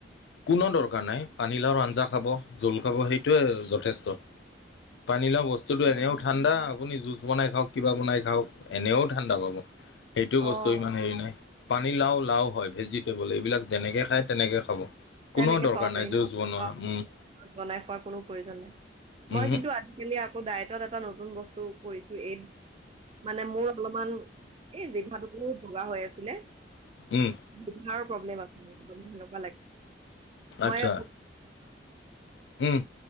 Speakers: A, on the left; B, on the right.
A: কোনো দৰকাৰ নাই। পানীলাওৰ আঞ্জা খাব, জোল খাব সেইটোৱে যথেষ্ট। পানীলাও বস্তুটো
B: অ',
A: এনেও ঠাণ্ডা আপুনি জুচ বনাই খাক কিবা বনাই খাওক এনেও ঠাণ্ডা পাব সেইটো বস্তু
B: অ'।
A: ইমান হেৰি নাই পানী লাও লাও হয় ভেজিটেবল এইবিলাক যেনেকৈ খায় তেনেকৈ খাব
B: তেনেকে
A: কোনোও দৰকাৰ
B: খাব পাৰি
A: নাই
B: ন?
A: জুচ বনোৱা
B: অ',
A: উম
B: বনাই খোৱাৰ কোনো প্ৰয়োজন নাই মই
A: উমহু
B: কিন্তু আজিকালি আকৌ ডায়টত এটা নতুন বস্তু কৰিছো এই মানে মোৰ অলপমান এই জিঘাতোকো বগা হৈ আছিলে
A: উম
B: জঘাৰ প্ৰব্লেম আছিল ল মই
A: আচ্ছা উম